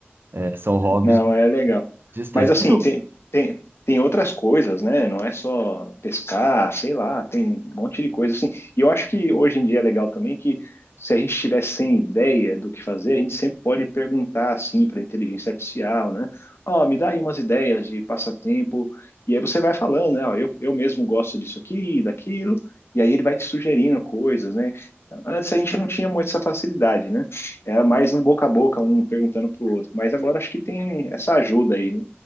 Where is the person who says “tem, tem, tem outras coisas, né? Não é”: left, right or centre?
Left